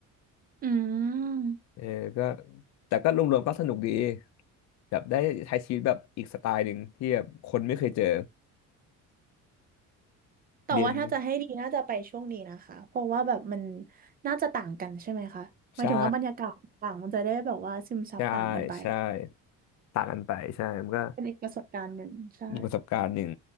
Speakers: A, on the right; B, on the left.
A: อืม
B: เออก็แต่ก็รวมๆก็สนุกดีแบบได้ใช้ชีวิตแบบอีกสไตล์หนึ่งที่แบบคนไม่เคยเจอ
A: แต่ว่าถ้าจะให้ดีน่าจะไปช่วงนี้นะคะเพราะว่าแบบมัน
B: เรียน
A: น่าจะต่างกันใช่ไหมคะหมายถึงว่าบรรยากาศต่างมันจะได้แบบว่าซึมซับต่างกันไป
B: ใช่ ใช่ใช่ต่างกันไปใช่ มันก็
A: เป็นอีกประสบการณ์หนึ่งใช่
B: มีกประสบการณ์หนึ่ง